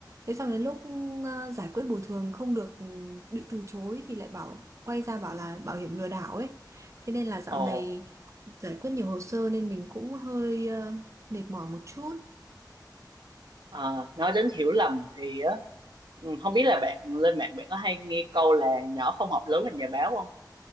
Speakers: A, on the right; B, on the right.
A: thế xong đến lúc ờ, giải quyết bồi thường không được ừ, bị từ chối thì lại bảo quay ra bảo là bảo hiểm lừa đảo ấy thế nên là dạo
B: ồ
A: này giải quyết nhiều hồ sơ nên mình cũng hơi ờ, mệt mỏi một chút <laughs>
B: Ờ, nói đến hiểu lầm thì á, ừ, không biết là bạn lên mạng bạn có hay nghe câu là nhỏ không học lớn thành nhà báo không?